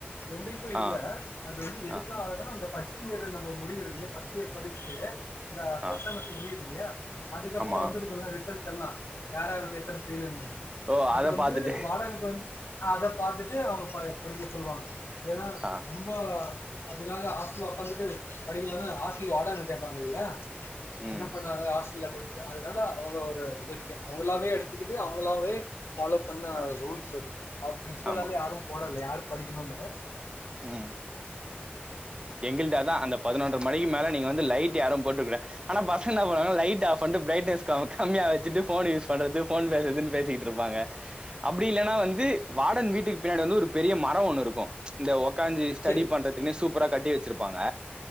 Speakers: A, on the left; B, on the right.
A: எங்குளுக்கு இல்ல
B: ஆ
A: அது வந்து எதுக்காகனா
B: ஆ
A: அந்த ஃபர்ஸ்டியரு நம்மோ முடிக்கிற இல்லையோ ஃபர்ஸ்டியர் படிச்சிட்டு இந்த பர்ஸ்ட்
B: ஆ
A: செமஸ் முடியுது இல்லீயா அதுக்கப்போ
B: ஆமா
A: வந்துருக்குல்ல ரிசல்ட் எல்லா யார் யாரு எத்தன ஃபெயில்னு
B: ஓ
A: அத வந்து
B: பாத்துட்டு
A: வாடக கொடுத்து அத பாத்துட்டு அவுங்க ப படிக்க சொல்லுவாங்க ஏன்னா
B: ஆ
A: ரூம் இப்போ அதுக்காக ஹாஸ்ட்டல்ல ஒக்காந்துட்டு படிக்கலானா ஹாஸ்டல் வார்டன கேப்பாங்க இல்லயா
B: ம்
A: என்ன பண்ணுவாங்க ஹாஸ்டல போயிட் அதனால அவுங்க ஒரு இதுக்கே அவுங்களாவே எடுத்துக்கிட்டு அவங்களாவே ஃபாலோப் பண்ண
B: ஆ
A: ரூல்ஸ் அது அவரு பிரின்ஸ்பால்ல
B: ஆமா
A: யாரு போடல யாரு படிக்கணோன்னு
B: ம் எங்கள்து அதா அந்த பதினொன்ற மணிக்கு மேல நீங்க வந்து லைட்டு யாரு போட்றக்கூடாது ஆனா பசங்க என்ன பண்ணுவாங்க லைட்ட ஆஃப் பண்ட்டு ப்ரைட்னஸ் கம்மியா வெச்சுட்டு ஃபோன் யூஸ் பண்றது ஃபோன் பேசுறதுன்னு பேசிட்ருப்பாங்க அப்டி இல்லன்னா வந்து வாடன் வீட்டுக்கு பின்னாடி வந்து ஒரு பெரிய மரோ ஒண்ணு இருக்கோ இந்த ஒக்காஞ்சி ஸ்டடி
A: சரி
B: பண்றதுக்குன்னே சூப் பரா கட்டி வச்சிருப்பாங்க